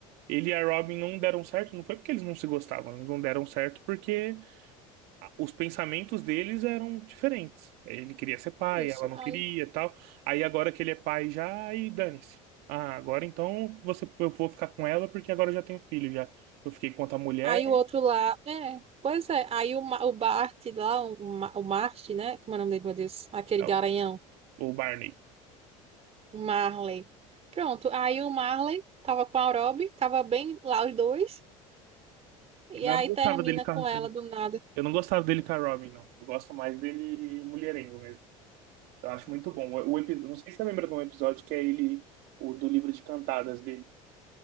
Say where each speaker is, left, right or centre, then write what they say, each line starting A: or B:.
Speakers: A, on the right; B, on the right.
A: ele e a Robin não deram certo, não foi porque eles não se gostavam, eles não deram certo porque os pensamentos deles eram diferentes. Ele queria ser pai,
B: Isso.
A: ela não
B: Aí,
A: queria, e tal. Aí agora que ele é pai já, aí dane-se. Ah, agora então você, eu vou ficar com ela porque agora eu já tenho filho já. Eu fiquei com outra mulher,
B: aí o outro lá, é, pois é. Aí o, Ma- o Bart lá, o, Ma- o Mart, né? Como é o nome dele, meu Deus? Aquele
A: é,
B: garanhão,
A: o o Barney.
B: o Marley. Pronto, aí o Marley tava com a Rob, tava bem lá os dois. E
A: Mas
B: aí
A: Eu não gostava
B: termina
A: dele com
B: com
A: a-
B: ela
A: eu não
B: do nada.
A: eu não gostava dele com a Robin, não. Eu gosto mais dele mulherengo mesmo. Eu acho muito bom. O, episódio, não sei se você lembra de um episódio que é ele, o do livro de cantadas dele.